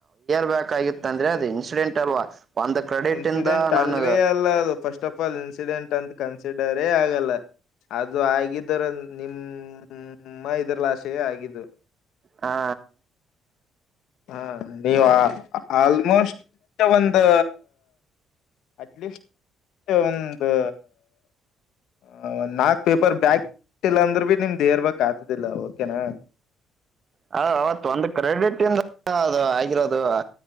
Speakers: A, on the right; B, on the left.
A: ಬ ಆಗಿತ್ತ
B: ಇನ್ಸಿಡೆಂಟ್
A: ಅಂದ್ರೆ ಅದು ಇನ್ಸಿಡೆಂಟ್ ಅಲ್ವಾ ಒಂದು ಕ್ರೆಡಿಟ್
B: ಇನ್ಸಿಡೆಂಟ್
A: ಇಂದ ನನ್
B: ಅಲ್ವೇ ಅಲ್ಲ ಅದು ಫಸ್ಟ್ ಆಫ್ ಆಲ್ ಇನ್ಸಿಡೆಂಟ್ ಅಂತ ಕನ್ಸಿಡರ್ ೇ ಆಗಲ್ಲ ಅದು ಆಗಿದರ ನಿಮ್ಮ ನಿರ್ಲಾಶೆ ಆಗಿದ್ದು
A: ಹಾ
B: ಹಾ ನೀವು ಆಲ್ಮೋಸ್ಟ್ ಒಂದು ಅಟ್ಲೀಸ್ ಒಂದು ಹ ಒಂದ್ ನಾಕ್ ಪೇಪರ್ ಬ್ಯಾಗ ಇಲ್ಲ ಅಂದ್ರ ಭ ನಿಮ್ದ್ೇರ್ಬೇಕಕ್ ಆತದಿಲ್ಲ ಓಕೆನಾ
A: ಹ ಅವತ್ ಒಂದು ಕ್ರೆಡಿಟ್ ಇಂದ ಅದು ಆಗಿರೋದು ಅ